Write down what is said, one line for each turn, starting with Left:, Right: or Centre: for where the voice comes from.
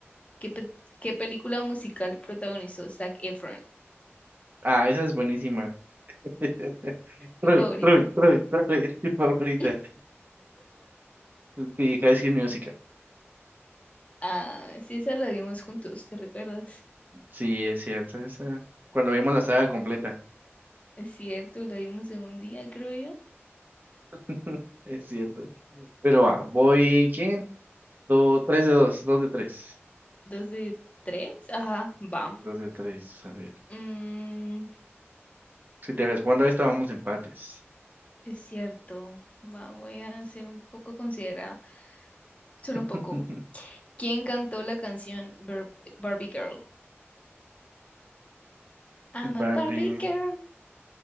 Left: ¿Qué, pe- qué película musical protagonizó Zac Efron?
Right: Ah, esa es buenísima. <laughs>
Left: ¿Tu
Right: Troy,
Left: favorita?
Right: Troy, Troy, Troy, <laughs> mi favorita.
Left: <laughs>
Right: Sí, High School Musical.
Left: Ah, sí, esa la vimos juntos, ¿te recuerdas?
Right: Sí, es cierto. Esa... Cuando vimos la saga completa.
Left: Es cierto, la vimos en un día, creo yo.
Right: <laughs> Es cierto. Pero va, voy, ¿quién? Do, tres de dos, dos de tres.
Left: Dos de tres. Ajá, va.
Right: Dos de tres, a ver.
Left: Mm,
Right: Si te respondo a esta, vamos empates.
Left: es cierto. Va, voy a ser un poco considerada. Solo
Right: <laughs>
Left: un poco. ¿Quién cantó la canción Bar- Barbie Girl? I'm a
Right: Va
Left: Barbie
Right: bien.
Left: girl